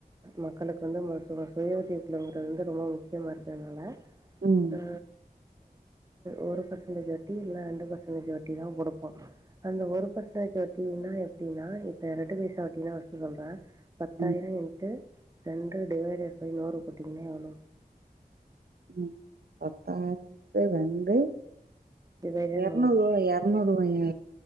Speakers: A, on the right (about 20°); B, on the right (about 75°).
A: மக்களுக்கு வந்து சுய உதவிக்குழு வந்து ரொம்ப முக்கிய முக்கியமானதுனால
B: ம்
A: அ ஒரு பர்சன்டேஜ் வட்டி இல்ல ரெண்டு பர்சன்டேஜ் வட்டி தா குடுப்போ அந்த ஒரு பர்சட்டேஜ் வட்டின்னா எப்டின்னா இப்ப இரண்டு பைசா வட்டினா ஃபஸ்ட் சொல்றே பத்தாயிரோ
B: ம்
A: இன்ட்டு ரெண்டு டிவைடேட் பை நூறு போட்டிங்கன்னா எவ்ளோ
B: ம் பத்தாயிரோ இன்ட்டு ரெண்டு
A: டிவைடட்
B: எரநூறு ரூவாயா முண்ணூறு ரூவாயா